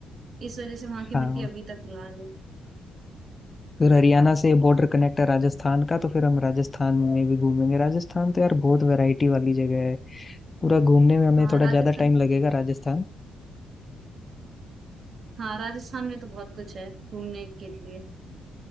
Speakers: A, on the right; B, on the left.
A: इस वजह से वहां की
B: हाँ
A: मिट्टी अभी तक लाल है
B: फिर
A: हाँ
B: हरियाणा से बॉर्डर कनेक्ट है राजस्थान का तो फिर हम राजस्थान में भी घूमेंगे राजस्थान तो यार बहुत वैरायटी वाली जगह है पूरा घूमने में हमें
A: हाँ
B: थोड़ा
A: राजस्थान
B: ज्यादा टाइम लगेगा राजस्थान
A: हाँ राजस्थान में तो बहुत कुछ है घूमने के लिए